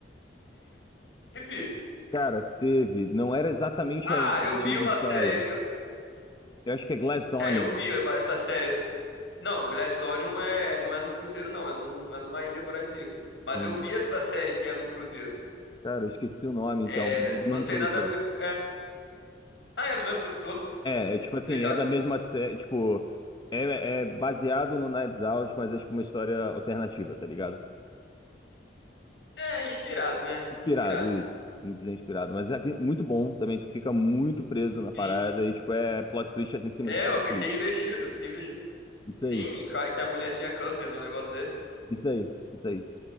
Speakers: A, on the left; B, on the left.
A: teve.
B: Cara, teve. Não era exatamente
A: Ah,
B: a, a mesma
A: eu vi uma
B: história.
A: série. eu-
B: Eu acho que é Glass Onion.
A: é, eu vi uma- essa série. Não, Glassonion é, não é num cruzeiro, não. É, num, é numa ilha paradisíaca. Mas
B: se
A: eu
B: não
A: vi essa série que é num cruzeiro.
B: Cara, eu esqueci o nome
A: É,
B: então, mas é
A: não
B: do mesmo
A: tem
B: produtor.
A: nada a ver com. É. Ah, é no mesmo produtor?
B: É, é tipo assim,
A: Explicado.
B: é da mesma série. Tipo, é, é baseado no Knives Out, mas é tipo uma história alternativa, tá ligado?
A: É, inspirado, né?
B: Inspirado,
A: Inspirado.
B: isso. Não dizer inspirado, mas é que- muito bom também. Tu fica muito preso na parada
A: Sim.
B: e, tipo, é plot twist é em cima
A: É,
B: de plot
A: eu fiquei
B: twist.
A: investido, fiquei investido.
B: Isso
A: Sim,
B: aí,
A: ca- que a mulher tinha câncer num negócio desse.
B: isso aí, isso aí.